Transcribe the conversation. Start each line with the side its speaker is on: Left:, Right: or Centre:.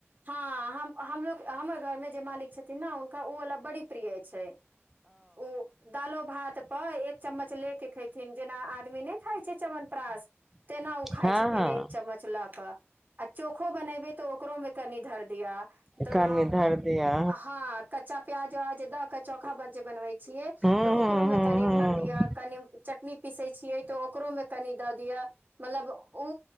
Right: हँ हम हमो हमर घरमे जे मालिक छथिन ने हुनका ओवला बड़ी प्रिय छैय ओ दालो भात पर एक चम्मच ले के खेथिन जेना आदमी नय खाय छैय। चमनप्रास तेना ओ खाइ
Centre: हँ
Right: छथिन
Centre: हँ
Right: एक चम्मच लऽ कऽ। आ चोखो बनेबै तो ओकरोमे कनी धर दिया। त
Centre: कनि धरि दिअ
Right: हँ कच्चा प्याज व जे द क चोखा जे बनबय छियै
Centre: हूँ
Right: त ओकरो
Centre: हूँ
Right: में
Centre: हूँ
Right: तनी
Centre: हूँ
Right: धर दिऔ कनी चटनी पीसै छियै त ओकरो मे कनि द दिअ मतलब ओ